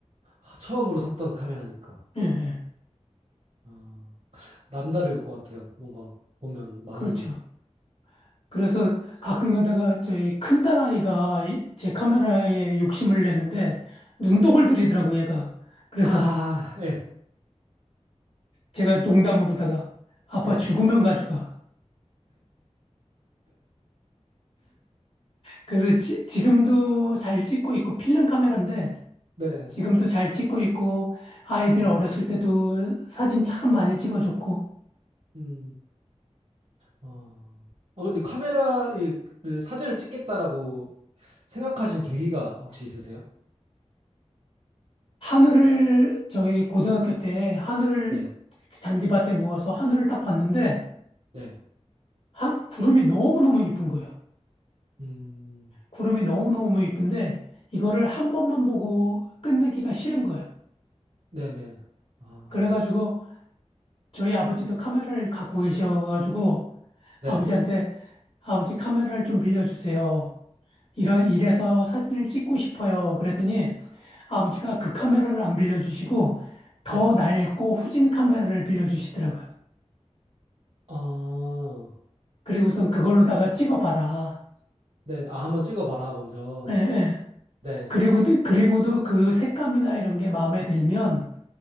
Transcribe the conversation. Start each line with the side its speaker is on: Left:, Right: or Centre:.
Right: 아, 처음으로 샀던 카메라니까
Left: 예, 예.
Right: 아, 남다를 것 같아요. 뭔가 보면 마음이
Left: 그렇죠. 그래서 가끔 가다가 저희 큰딸아이가 이- 제 카메라에 욕심을 내는데 눈독을 들이더라고 얘가. 그래서
Right: 아, 예,
Left: 제가 농담으로다가 아빠
Right: 네,
Left: 죽으면 가져가. 그래서 지, 지금도 잘 찍고 있고 필름 카메라인데
Right: 네.
Left: 지금도 잘 찍고 있고 아이들
Right: 음,
Left: 어렸을 때도 사진 참 많이 찍어줬고
Right: 음. 어, 아, 근데 카메라를 사진을 찍겠다라고 생각하신 계기가 혹시 있으세요?
Left: 하늘을 저희 고등학교 때 하늘을
Right: 네.
Left: 잔디밭에 누워서 하늘을 딱 봤는데
Right: 네.
Left: 한 구름이 너무너무 이쁜 거예요.
Right: 음,
Left: 구름이 너무너무 이쁜데 이거를 한 번만 보고 끝내기가 싫은 거예요.
Right: 네네. 아,
Left: 그래가지고 저희 아버지도 카메라를 갖고 계셔가지고
Right: 네.
Left: 아버지한테 아버지 카메라를 좀 빌려주세요. 이러, 이래서 사진을 찍고 싶어요. 그랬더니 아버지가 그 카메라를 안 빌려주시고 더
Right: 네.
Left: 낡고 후진 카메라를 빌려주시더라고요.
Right: 아,
Left: 그리고선 그걸로다가 찍어봐라.
Right: 네. 아, 한번 찍어봐라, 먼저.
Left: 예, 예.
Right: 네.
Left: 그리고도, 그리고도 그 색감이나 이런 게 마음에 들면